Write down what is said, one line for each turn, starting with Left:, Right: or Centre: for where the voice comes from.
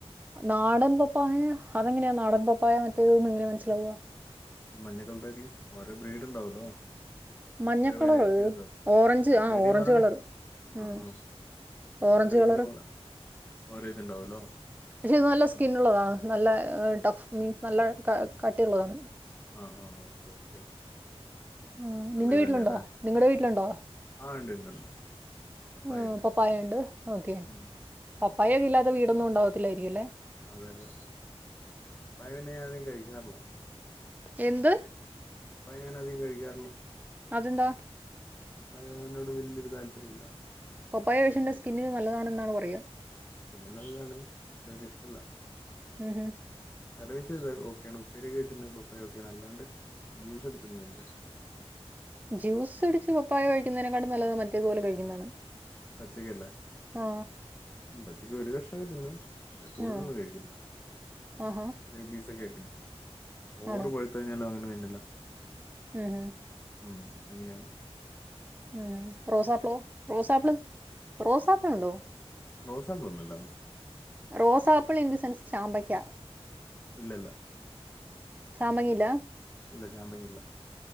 Right: നാടൻ പപ്പായ അതെങ്ങനെയാ നാടൻ പപ്പായ മറ്റേ ഒന്ന് ഇങ്ങനെ മനസ്സിലാഹുവ
Left: അ മഞ്ഞക്കളറായിരിക്കും ഓരേ ബ്രീഡ് ഉണ്ടാവല്ലോ
Right: മഞ്ഞക്കളർ
Left: ഓരോ വെറൈറ്റി ഉണ്ടോ
Right: ഓറഞ്ച്
Left: റെഡ്
Right: ആ
Left: ലേഡി
Right: ഓറഞ്ച്
Left: എന്ന് പറയണ്ടേ
Right: കളർ
Left: ആ
Right: ഉം
Left: ആ
Right: ഓറഞ്ച്
Left: ഓരോ
Right: കളറ്
Left: ഇതിനും ഓരോ ഇതുണ്ടാവല്ലോ
Right: പക്ഷെത് നല്ല സ്കിന്നുള്ളതാണ് നല്ല ഫ് മീൻ നല്ല കട്ടിയുള്ളതാണ്
Left: ആ ആ ഓക്കെ ഓക്കെ ഓക്കെ
Right: ആ
Left: നല്ല
Right: നിന്റെ
Left: ഇത്
Right: വീട്ടിലുണ്ടോ
Left: തന്നെ അല്ലേ
Right: നിങ്ങളടെ വീട്ടിലുണ്ടോ
Left: ആ ഉണ്ട് ഉണ്ട് ഉണ്ട് പപ്പായ
Right: ആ
Left: ഉണ്ട്
Right: പപ്പായുണ്ട് ഓക്കെ
Left: ഉം
Right: പപ്പായൊക്കെ ഇല്ലാത്ത വീടൊന്നും ഉണ്ടാവത്തില്ലായിരിക്കുംല്ലേ
Left: അതെ അതെ പപ്പായ പിന്നെതെ കഴിക്കാറില്ല
Right: എന്ത്
Left: ഇപ്പ ഞാനധികം കഴിക്കാറില്ലാ
Right: അതെന്താ
Left: ഏ നോട് വല്യയൊരു താല്പര്യ ഇല്ല
Right: പപ്പായ വേഷിന്റ് സ്കിന്നിന് നല്ലതാണെന്നാണ് പറയുക
Left: സ്കിന്നിന് നല്ലതാണെൽ പക്ഷെ ഒരു ഇഷ്ടല്ല
Right: ഉം ഹ്
Left: കറി വെച്ച ത് ഓക്കെയാണ് ഉപ്പേരി യൊക്കെ വെച്ചിട്ടുണ്ട് <unintelligible> ഓക്കെയ അല്ലാണ്ട് ജ്യൂസ് അടിച്ചിന്ന് കഴിക്ക
Right: ജ്യൂസ് അടിച്ച് പപ്പായ കഴിക്കുന്നതിനെക്കാട്ടി നല്ലതാണ് മറ്റേതുപോലെ കഴിക്കുന്നതാണ്
Left: പച്ചക്കല്ല
Right: ആ
Left: പച്ചക്ക് ഒരു കഷ്ണൊക്കെ തിന്നും കൂടുതലൊന്നും
Right: ആ
Left: കഴിക്കില്ല
Right: ആഹാ
Left: ഒരു പീസക്കെ ഓവർ
Right: ആണോ
Left: പഴുത്ത് കഴിഞ്ഞാല് അങ്ങന ക
Right: ഉം ഉം
Left: ഉം അങ്ങനെയാണ്
Right: ഉം റോസാപ്പിളോ റോസാപ്പിള് റോസാപ്പിള്ണ്ടോ
Left: റോസാപ്പിളൊന്നുല്ല
Right: റോസാപ്പിൾ ഇൻ ദി സെൻസ് ചാമ്പയ്ക്ക
Left: ഇല്ല ഇല്ല
Right: ചാമ്പകില്ലാ
Left: ഇല്ല ചാമ്പങ് ഇല്ല